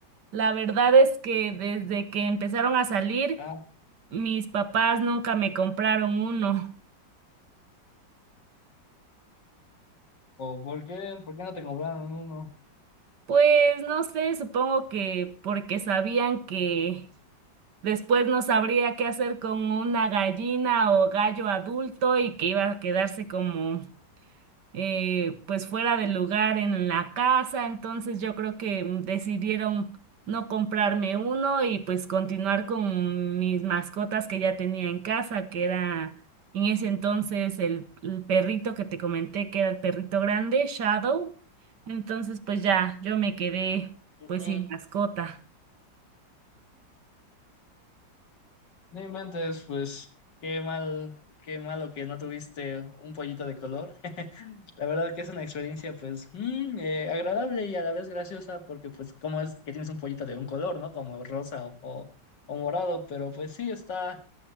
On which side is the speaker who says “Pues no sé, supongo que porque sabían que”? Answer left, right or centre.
Right